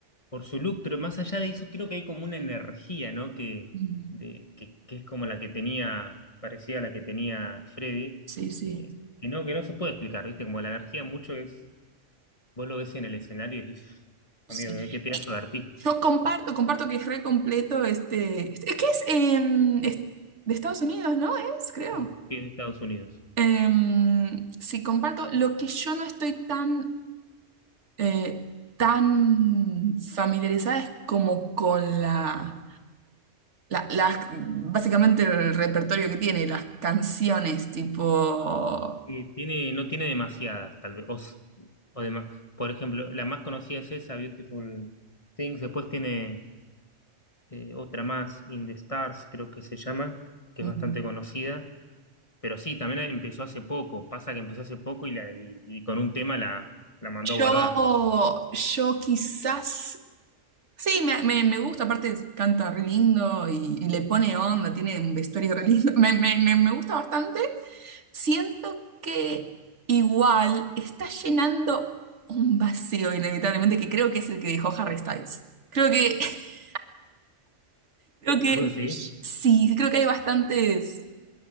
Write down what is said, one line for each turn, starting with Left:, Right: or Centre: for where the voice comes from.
Left: por su look, pero más allá de eso, creo que hay como una energía, ¿no? Que,
Right: Mm.
Left: de, que, que es como la que tenía, parecía la que tenía Freddy,
Right: Sí, sí,
Left: eh, que no, que no se puede explicar, ¿viste? Como la energía mucho es, vos lo ves en el escenario y dices,
Right: sí.
Left: amigo, qué qué pedazo de artista.
Right: Yo comparto, comparto que es re completo este. Es que es, em, es de Estados Unidos, ¿no? Es, creo.
Left: Sí, sí, es de Estados Unidos.
Right: Em, sí, comparto. Lo que yo no estoy tan, eh, tan familiarizada es como con la, la- las- básicamente el repertorio que tiene, las canciones, tipo.
Left: Eh, tiene, no tiene demasiadas, tal vez. O, s- o dema- por ejemplo, la más conocida es esa, Beautiful Things. Después tiene eh, otra más, In the Stars, creo que se llama, que
Right: Mm.
Left: es bastante conocida Pero sí, también empezó hace poco. Pasa que empezó hace poco y, la, y, y con un tema la, la mandó
Right: Yo,
Left: a guardar.
Right: yo quizás Sí, me, me, me gusta, aparte canta re lindo y, y le pone onda, tiene un vestuario re lindo. <laughs> Me, me, me, me gusta bastante. Siento que igual está llenando un vacío, inevitablemente, que creo que es el que dejó Harry Styles. Creo que, <laughs> creo que,
Left: ¿Vos decís?
Right: sí, <laughs> creo que hay bastantes.